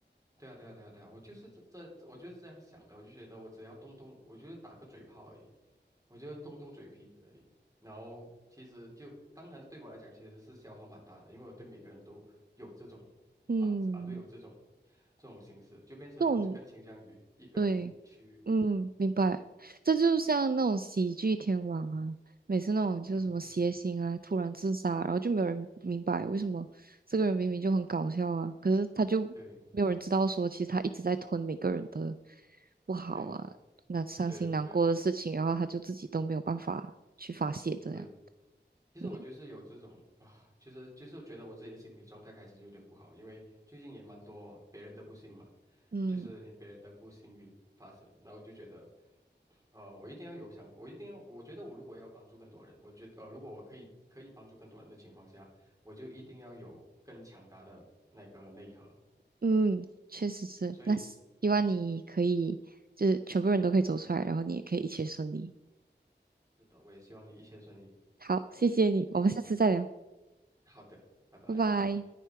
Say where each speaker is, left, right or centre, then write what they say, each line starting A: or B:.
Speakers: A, on the right; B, on the right.
A: 对啊对啊对啊对啊，我就是这这，我就是这样想的，我就觉得我只要动动，我就是打个嘴炮而已，我就动动嘴皮子而已，然后其实就当然对我来讲其实是消耗蛮大的，因为我对每个人都有这种
B: 嗯，
A: 方式啊，都有这种这种形式，就变成我更倾向于一个人去，
B: 这种对。嗯，明白。
A: 对，
B: 这就像那种喜剧天王啊，每次那种就是什么谐星啊，
A: 嗯，
B: 突然自杀，然后就没有人明白为什么这个人明明就很搞笑啊，可是他就没有人知道说，
A: 对
B: 其实他一直在吞每个人的不好啊，
A: 对
B: 那伤心难过的事情，
A: 对对对对对。
B: 然后他就自己都没有办法去发泄，这样。
A: 对其实我就是有这种啊，
B: 嗯
A: 就是就是觉得我自己的心理状态开始就有点不好，因为最近也蛮多别人的不幸嘛，
B: 嗯，
A: 就是你别人的不幸运发生，然后我就觉得，呃，我一定要有想，我一定要，我觉得我如果要帮助更多人，我觉呃，如果我可以可以帮助更多人的情况下，我就一定要有更强大的那个内核，
B: 嗯确实是。
A: 所以
B: 那希望你可以，就是全部人都可以走出来，然后你也可以一切顺利。
A: 是的，我也希望你一切顺利。
B: 好，谢谢你，我们下次再聊，
A: 好的，拜拜。
B: 拜拜。